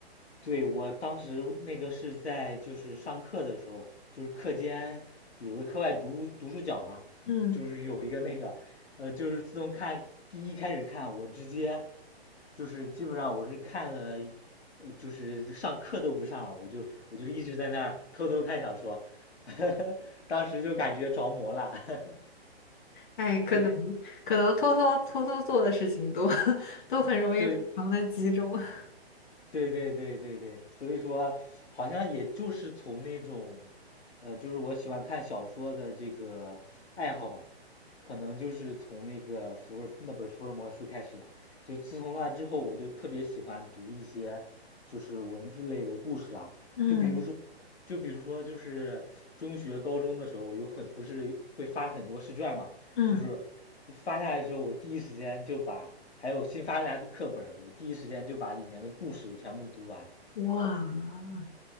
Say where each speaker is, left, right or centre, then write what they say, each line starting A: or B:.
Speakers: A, on the left (about 85°); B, on the left (about 50°).
A: 对，我当时那个是在就是上课的时候，就是课间有个课外读读书角嘛，
B: 嗯，
A: 就是有一个那个，呃，就是自从看第一开始看，我直接就是基本上我是看了，呃，就是上课都不上了，我就我就一直在那儿偷偷看小说，<laughs> 当时就感觉着魔了。<laughs>
B: 哎，可能
A: 对
B: 可能偷偷偷偷做的事情都 <laughs> 都很容易非常的集中。
A: 对
B: <laughs>
A: 对对对对对，所以说好像也就是从那种，呃，就是我喜欢看小说的这个爱好嘛，可能就是从那个福尔那本福尔摩斯开始的。就自从那之后，我就特别喜欢读一些就是文字类的故事啊，
B: 嗯
A: 就比如就比如说，就是中学、高中的时候，有很不是会发很多试卷嘛，
B: 嗯，
A: 就是发下来的时候，我第一时间就把还有新发下来的课本儿我第一时间就把里面的故事全部读完。
B: 哇，